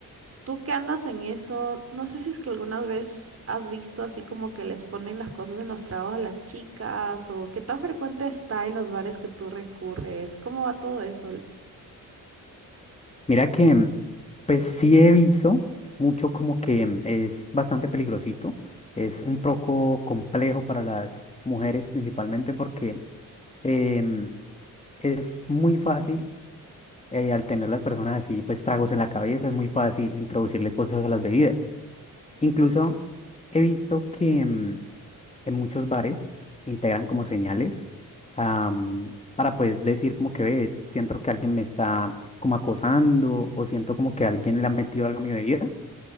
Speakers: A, on the right; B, on the left.
A: Tú que andas en eso, no sé si es que alguna vez has visto así como que les ponen las cosas en los tragos a las chicas o qué tan frecuente está en los bares que tú recurres. ¿Cómo va todo eso?
B: Mira que, mm, pues sí he visto mucho como que mm, es bastante peligrosito, es un poco complejo para las mujeres principalmente porque em, es muy fácil eh, al tener las personas así, pues tragos en la cabeza, es muy fácil introducirle cosas a las bebidas. Incluso he visto que mm, en muchos bares integran como señales am, para pues decir como que ve, siento que alguien me está como acosando o siento como que alguien le ha metido algo a mi bebida.